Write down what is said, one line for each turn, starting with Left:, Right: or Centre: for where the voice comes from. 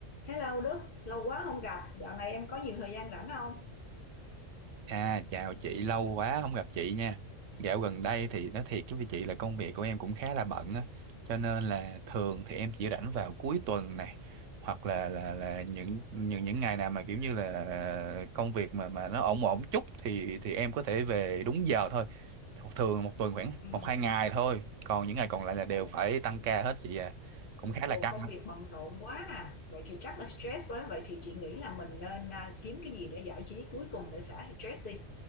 Left: Hello Đức, lâu quá không gặp, dạo này em có nhiều thời gian rảnh không?
Right: À, chào chị, lâu quá không gặp chị nha. Dạo gần đây thì nói thiệt với chị là công việc của em cũng khá là bận á, cho nên là thường thì em chỉ rảnh vào cuối tuần này hoặc là là là những những những ngày nào mà kiểu như là ờ, công việc mà mà nó ổn ổn chút thì thì em có thể về đúng giờ thôi. Th- Thường một tuần khoảng
Left: Ừ,
Right: một hai ngày thôi, còn những ngày còn lại là đều
Left: ồ,
Right: phải tăng ca hết chị à. Cũng khá
Left: ồ,
Right: là căng.
Left: công việc bận rộn quá à, vậy thì chắc là stress quá, vậy thì chị nghĩ là mình nên à, kiếm cái gì để giải trí cuối tuần để xả stress đi.